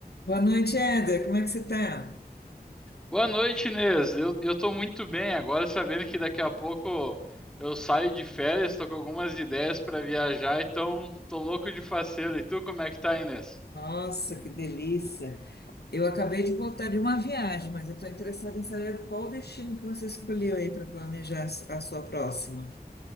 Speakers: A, on the left (about 80°); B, in the centre.
A: Boa noite, Éder. Como é que você está?
B: Boa noite, Inês. Eu, eu tô muito bem agora, sabendo que daqui a pouco eu saio de férias, tô com algumas ideias para viajar, então tô louco de faceiro. E tu, como é que tá, Inês?
A: Nossa, que delícia! Eu acabei de voltar de uma viagem, mas eu estou interessada em saber qual o destino que você escolheu aí para planejar a su- a sua próxima.